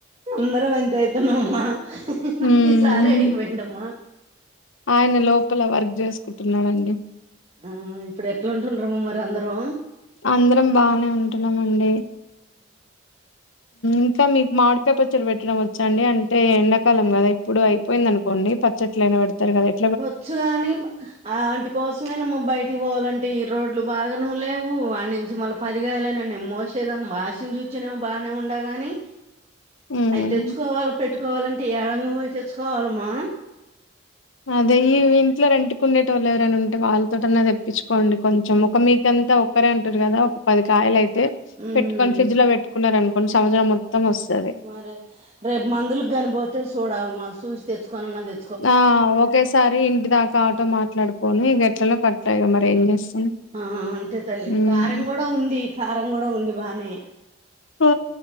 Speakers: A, on the right; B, on the left.
A: అందరం అంతే అయితున్నమమ్మా
B: ఉమ్
A: మీ సారేడికి పోయిండమ్మా
B: ఆయన లోపల వర్క్ చేసుకుంటున్నడండి
A: ఆ ఇప్పుడు ఎట్లుంటుండ్రమ్మ మరి అందరూ
B: అందరం బానే ఉంటున్నం అండి ఇంకా మీకు మామిడికాయ్ పచ్చడ పెట్టడం వచ్చ అండి అంటే ఎండాకాలం గదా ఇప్పుడు అయి పోయింది అనుకోండి పచ్చెట్లైనా పెడతారు కదా ఇప్
A: వచ్చు కాని ఆ ఆంటీ కోసమేనా బయటికి పోవాలంటే ఈ రోడ్లు బాగాను లేవు ఆడ్ నుంచి మళ్ళ పదిగాయల న న మోసేదాం మషిన్ చూచనేమో బాగానే ఉండ గాని
B: ఉమ్
A: అయ్ తెచ్చుకోవాల పెట్టుకోవాలంటే ఏడంగం అవి తెచ్చుకోవాలమ్మా
B: అదే ఈ ఇంట్లో రెంటికు ఉండేట వాళ్ళు ఎవరైనా ఉంటే వాళ్ళతోటన తెప్పించుకోండి కొంచెం ఒక మీకంతా క్కరే అంటారు కదా ఒక పది కాయలు అయితే
A: ఉమ్
B: పెట్టుకొని ఫ్రిడ్జ్ లో పెట్టుకున్నారుార అనుకోండి సంవత్రం మొత్తం ఒస్తది
A: మరే రేపు మందులకి గాని పోతే సూడలే మ చూసి తెచ్చుకనిన్న తే
B: ఆ ఒకేసారి ఇంటి దాకా ఆటో మాట్లాడుకొని గట్లలో కట్ట ఇగ మరి ఏం చేస్తాం
A: ఆ అంతే తల్లి
B: హ్మ్
A: కారం కూడా ఉంది కారం కూడా ఉంది బానే
B: ఆ!